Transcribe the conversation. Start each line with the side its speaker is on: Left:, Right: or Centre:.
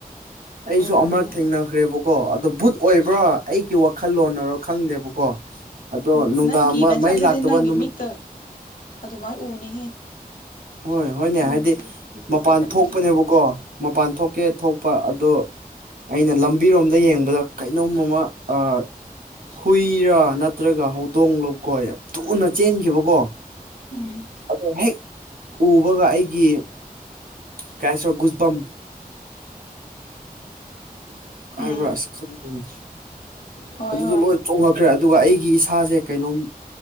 Right: ꯑꯩꯁꯨ
Left: ꯑꯣꯏꯔꯝꯅꯤ
Right: ꯑꯃꯨꯔꯛ ꯊꯦꯡꯅ ꯈ꯭ꯔꯦꯕꯀꯣ ꯑꯗꯣ ꯕꯨꯠ ꯑꯣꯏꯕ꯭ꯔꯥ ꯑꯩꯒꯤ ꯋꯥꯈꯜꯂꯣꯟꯅꯔꯣ ꯈꯪꯗꯦꯕꯀꯣ ꯑꯗꯣ
Left: ꯎꯝ
Right: ꯅꯨꯡꯗꯥꯡ
Left: ꯅꯪ ꯀꯤꯅ
Right: ꯑꯃ ꯃꯩ
Left: ꯆꯠꯂꯗꯤ
Right: ꯂꯥꯛꯇꯕ
Left: ꯅꯪꯒꯤ
Right: ꯅꯨꯃꯤꯠ
Left: ꯃꯤꯛꯇ ꯑꯗꯨꯃꯥꯏꯅ ꯎꯅꯤꯍꯦ
Right: ꯍꯣꯏ ꯍꯣꯏꯅꯦ
Left: ꯅꯪꯅ
Right: ꯍꯥꯏꯗꯤ
Left: ꯀꯤꯕꯨ ꯀꯤꯔꯒ
Right: ꯃꯄꯥꯟ
Left: ꯆꯠꯂꯗꯤ
Right: ꯊꯣꯛꯄꯅꯦꯕꯀꯣ ꯃꯄꯥꯟ ꯊꯣꯛꯀꯦ ꯊꯣꯛꯄ ꯑꯗꯣ ꯑꯩꯅ ꯂꯝꯕꯤꯔꯣꯝꯗ ꯌꯦꯡꯕꯗ ꯀꯩꯅꯣꯝ ꯑꯃ ꯑꯥ ꯍꯨꯏꯔ ꯅꯠ ꯅꯠꯇ꯭ꯔꯒ ꯍꯧꯗꯣꯡ ꯂ‌ꯣꯀꯣ ꯌꯥꯝ ꯊꯨꯅ ꯆꯦꯟꯈꯤꯕꯀꯣ
Left: ꯎꯝ
Right: ꯑꯗꯣ ꯍꯦꯛ ꯎꯕꯒ ꯑꯩꯒꯤ ꯀꯩ ꯍꯥꯏꯁꯤꯔ ꯒꯨꯁꯕꯝ
Left: <inaudible>
Right: ꯍꯥꯏꯕ꯭ꯔꯥ
Left: ꯎꯝ
Right: ꯑꯁ ꯈꯪꯗꯦꯅꯦ
Left: ꯍꯣꯏ
Right: ꯑꯗꯨꯗꯣꯂꯣꯏ
Left: ꯍꯣꯏ
Right: ꯆꯣꯡꯉꯛꯈ꯭ꯔꯦ ꯑꯗꯨꯒ ꯑꯩꯒꯤ ꯏꯁꯥꯖꯦ ꯀꯩꯅꯣꯝ